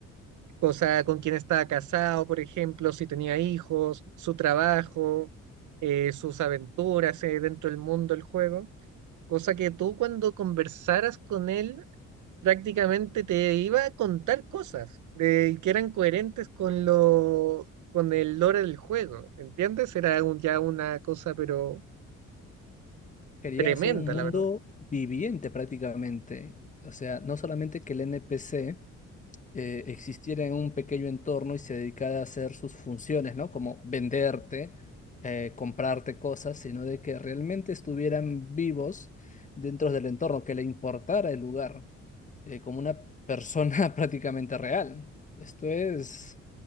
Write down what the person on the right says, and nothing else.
o sea, con quién estaba casado, por ejemplo, si tenía hijos, su trabajo, eh, sus aventuras eh, dentro del mundo del juego, cosa que tú cuando conversaras con él prácticamente te iba a contar cosas de, que eran coherentes con lo... con el lore del juego, ¿entiendes? Era un- ya una cosa, pero
tremenda,
la verdad.